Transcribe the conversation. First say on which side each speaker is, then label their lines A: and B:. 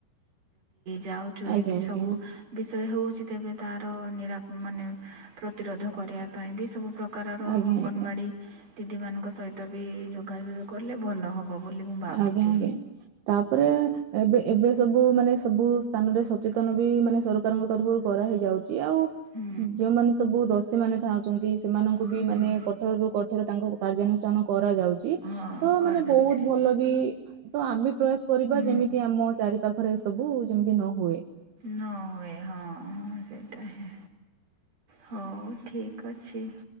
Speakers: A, on the right; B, on the right.
A: ଯାଉଛୁ
B: ଆଜ୍ଞା
A: ଏମିତି
B: ଆଜ୍ଞା
A: ସବୁ ବିଷୟ ହଉଛି ତେବେ ତାର ନିରା ମାନେ ପ୍ରତିରୋଧ କରିବା ପାଇଁ ବି ସବୁ ପ୍ରକାର ପ୍ରକାରର
B: ଆଜ୍ଞା
A: ଅଙ୍ଗନବାଡ଼ି
B: ଆଜ୍ଞା
A: ଦିଦିମାନଙ୍କ ସହିତ ବି ଯୋଗାଯୋଗ କଲେ ଭଲ ହେବ ବୋଲି ମୁଁ ଭାବୁଛି
B: ଆଜ୍ଞା ଆଜ୍ଞା ତାପରେ ଏବେ ଏବେ ସବୁ ମାନେ ସବୁ ସ୍ଥାନରେ ସଚେତନ ବି ମାନେ ସରକାରଙ୍କ ତରଫରୁ କରାହଇଯାଉଛି ଆଉ
A: ହୁଁ
B: ଯୋଉମାନେ ସବୁ ଦଷୀ ମାନେ ଥାଉଛନ୍ତି ସେମାନଙ୍କୁ
A: ହୁଁ
B: ବି ମାନେ କଠୋର ରୁ କଠୋର ତାଙ୍କ କାର୍ଯ୍ୟାନୁଷ୍ଠାନ କରାଯାଉଛି
A: ହଁ
B: ତ
A: କରାଯାଉଛି
B: ମାନେ ବହୁତ ଭଲ ବି ତ ଆମେ ପ୍ରୟାସ କରିବା
A: ହୁଁ
B: ଯେମିତି ଆମ ଚାରି ପାାଖରେ ଏ ସବୁ ଯେମିତି ନ ହୁଏ
A: ନ ହୁଏ ହଁ ହଁ ସେଇଟା ହଁ ହଉ ଠିକ ଅଛି